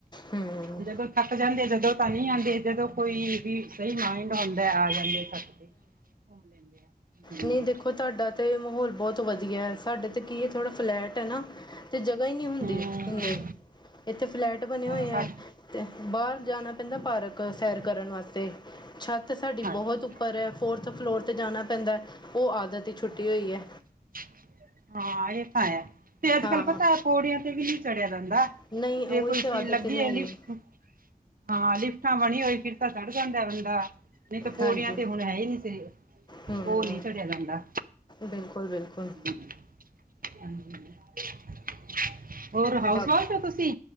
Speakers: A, on the left; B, on the right.
A: ਹਮ
B: ਜਦੋਂ ਥੱਕ ਜਾਂਦੇ ਜਦੋਂ ਤਾਂ ਨੀ ਆਂਦੇ ਜਦੋ ਕੋਈ ਵੀ ਸਹੀ ਮਾਇੰਡ ਹੁੰਦੈ ਆ ਜਾਂਦੇ। ਸਕਦੇ ਘੁੰਮ ਲੈਂਦੇ ਆ।
A: ਨਈ
B: ਹੂੰ
A: ਦੇਖੋ ਤਾਡਾ ਤੇ ਮਾਹੌਲ ਬੌਤ ਵਧੀਐ ਸਾਡੇ ਤਾ ਕੀ ਏ ਥੋੜ੍ਹਾ ਫਲੈਟ ਐ ਨਾ। ਤੇ ਜਗ੍ਹਾ ਈ ਨੀ ਹੁੰਦੀ
B: ਹਾਂ
A: ਇੰਨੀ ਏਥੇ ਫਲੈਟ ਬਨੇ ਹੋਏ
B: ਸਾ
A: ਐ। ਤੇ ਬਾਰ
B: ਹਾਂ
A: ਜਾਨਾ ਪੈਂਦਾ ਪਾਰਕ ਸੈਰ ਕਰਨ ਵਾਸਤੇ ਛਤ ਤਾਂ ਸਾਡੀ
B: ਅੱਛਾ
A: ਬਹੁਤ ਉੱਪਰ ਹੈ ਫੋਰਥ ਫਲੋਰ ਤੇ ਜਾਣਾ ਪੈਂਦਾ ਉਹ ਆਦਤ ਛੁੱਟੀ ਹੋਈ
B: ਅੱਛਾ
A: ਹੈ
B: ਹਾਂ ਇਹ ਤਾਂ ਹੈ ਤੇ ਅਜ
A: ਹਾਂ
B: ਕੱਲ ਪਤਾ। ਪੋੜਿਆਂ ਤੇ ਵੀ ਨਹੀਂ ਚੜਿਆ ਜਾਂਦਾ
A: ਨਹੀਂ
B: ਜੇ
A: ਉਹੀ
B: ਕੋਈ
A: ਤਾਂ ਆਦਤ
B: <unintelligible> ਲਗੀ
A: ਹੀ ਨਹੀਂ
B: ਹੈ
A: ਹੈਗੀ
B: ਲਿਫਟ। ਹਾਂ ਲਿਫਟਾਂ ਬਣੀ ਹੋਈ <unintelligible> ਤਾਂ ਚੜ ਜਾਂਦਾ ਬੰਦਾ। ਨਹੀਂ ਤਾਂ ਪੌੜੀਆਂ
A: ਹਾਂਜੀ
B: ਤੇ ਹੁਣ ਹੈ ਹੀ ਨਹੀਂ ਸੀ
A: ਹੂੰ
B: ਉਹ ਨਹੀਂ ਚੜੀਆ ਜਾਂਦਾ।
A: ਬਿਲਕੁਲ ਬਿਲਕੁਲ।
B: <inaudible>
A: ਬਾਕੀ
B: ਵਾਈਫ ਹੋ ਤੁਸੀਂ